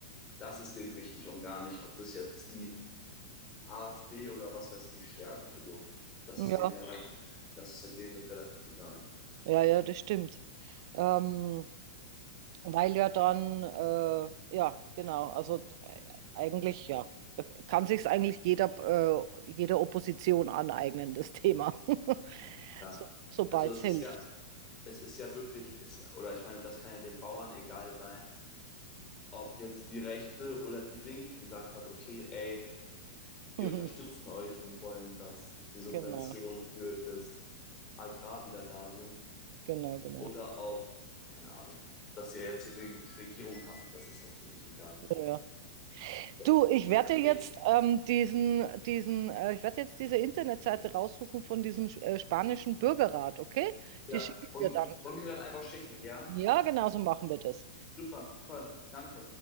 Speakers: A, on the left; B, on the right.
A: das ist denen wichtig und gar nicht, ob das jetzt die AfD oder was weiß ich stärkt. Also das
B: Ja,
A: ist denen ja, das ist ja denen relativ egal.
B: ja, ja, das stimmt. Ähm, Weil ja dann, äh, ja, genau, also äh, eigentlich, ja, äh, kann sich eigentlich jeder, äh, jede Opposition aneignen, das Thema, <laughs>
A: Ja.
B: so, sobald
A: Also es
B: es hilft.
A: ist ja, es ist ja wirklich, es, oder ich meine, das kann ja den Bauern egal sein, ob jetzt die Rechte oder die Linke gesagt hat, okay, ey, wir
B: <laughs>
A: unterstützen euch und wollen, dass die Subventionen
B: Genau,
A: für das Agrar wieder da sind.
B: genau, genau.
A: Oder ob, keine Ahnung, ob das ja jetzt die Regierung hat, das ist ja ziemlich egal.
B: Ja. ja.
A: Ja.
B: Du, ich werde jetzt
A: Ich
B: ähm, diesen, diesen, äh, ich werde jetzt diese Internetseite raussuchen von diesem äh, spanischen Bürgerrat, okay?
A: Ja,
B: Die schicke ich
A: und,
B: dir dann.
A: und mir dann einfach schicken, ja?
B: Ja, genau so machen wir das.
A: Super, toll, danke.